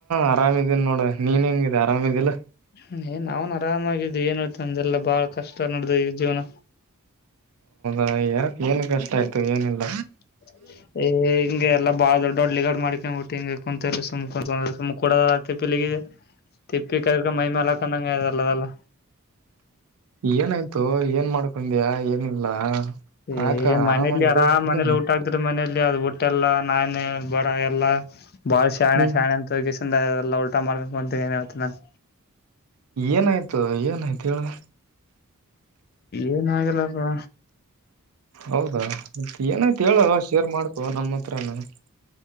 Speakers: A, on the right (about 75°); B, on the left (about 45°).
A: ಆರಾಮಿದೀನಿ ನೋಡ ನೀನ್ ಹೆಂಗಿದೆ ಆರಾಮಿದಿಲ್ಲ
B: ಹ್ಮ್ ಏನ್ ನಾವನ್ ಆರಾಮಾಗಿದ್ ಏನ್ ಹತ ನಮ್ದೆಲ್ಲ ಬಾಳ ಕಷ್ಟ ನಡ್ದ ಈ ಜೀವನ
A: ಅ ಯಾಕೆ ಏನ್ ಕಷ್ಟ ಆಯಿತು ಏನಿಲ್ಲ.
B: <unintelligible> ಹಿಂಗೆ ಎಲ್ಲಾ ಬಾಳ ದೊಡ್ಡ ದೊಡ್ಡ ಲಿಗಾಡ್ ಮಾಡುಕೊಂಡು ಬಿಟ್ಟೀಗಿ. ಕುಂತ ಸುಮಕ ಕು ಸುಮ್ ಕೂಡ ತಿಪ್ಪಿಲಿಗೆ ತಿಪ್ಪಿ ಕದಕ ಮೈ ಮೇಾಲ ಹಾಕೊಂಡಂಗಲ್ಲ ಅದಲ್ಲ.
A: ಏನಾಯಿತು ಏನು ಮಾಡುಕೊಂಡಿಯ ಏನಿಲ್ಲ.
B: ಏ
A: ಯಾಕ ಆರಾಮಾಗಿ
B: ಮನೇಲಿ
A: ಇರ್ಬೇಕಲ್ಲ
B: ಆರಾಮ್ ಮನೇಲಿ ಊಟ ಹಾಕಿದರೆ ಮನೇಲಿ. ಇಲ್ಲಿ ಅದು ಬುಟ್ಟಿ ಎಲ್ಲಾ ನಾಯನ ಬಡ ಎಲ್ಲಾ. ಬಾಳ್ ಶಾಣ
A: ಹ್ಮ್
B: ಶ್ಯಾಣ ಅಂತ ಸುಮ್ನೆ ಇರು. ಎಲ್ಲ ಊಟ ಮಾಡುಕೊಂಡು ಕುಂತೇ ಏನ್ ಹೇಳುತಿ ಅಂತ.
A: ಏನಾಯಿತು ಏನಾಯಿತು ಹೇಳು.
B: ಏನಾಗಲ್ಲಪ್ಪ.
A: ಹೌದಾ ಏನಾಯಿತು ಹೇಳು ಶೇರ್ ಮಾಡುಕೊ ನಮ್ಮ. <unintelligible>